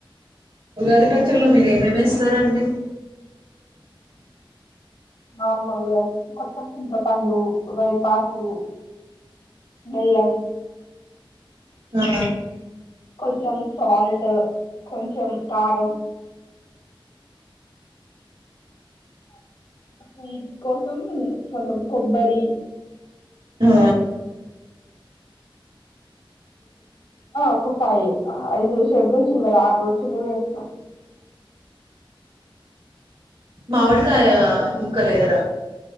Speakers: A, on the right; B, on the left.
A: ఉగాది ఖచ్చల్లో మీర్ ఏమేమేస్తరండి
B: ఆమల్లు కొ చింతపండు వేపాకు బెల్లం
A: ఆ
B: కొంచెం సాల్ట్ కొంచెం కారం స్వీట్ కోసం కొంచం కొబ్బరి
A: ఆ
B: ఒక ఫైవ్ ఐదు షెడ్ రోజులు కదా ఆర్ రుచలూ ఏస్తం
A: మావిడికాయా ముక్కలేయర